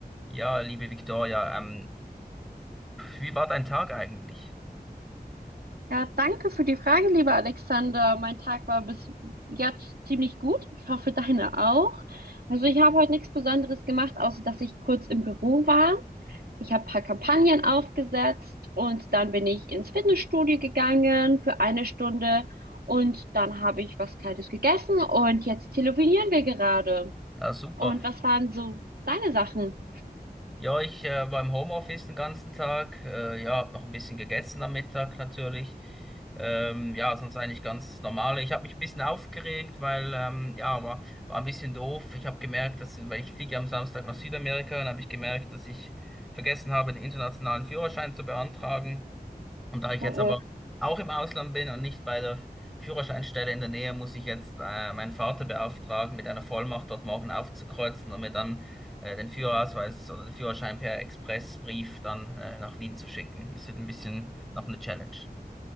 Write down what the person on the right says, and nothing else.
Ja, danke für die Frage, lieber Alexander. Mein Tag war bis jetzt ziemlich gut. Ich hoffe, deine auch. Also ich habe heute nichts Besonderes gemacht, außer dass ich kurz im Büro war. Ich habe ein paar Kampagnen aufgesetzt und dann bin ich ins Fitnessstudio gegangen für eine Stunde und dann habe ich was Kleines gegessen und jetzt telefonieren wir gerade.
Und was waren so deine Sachen?
Oh,
oh.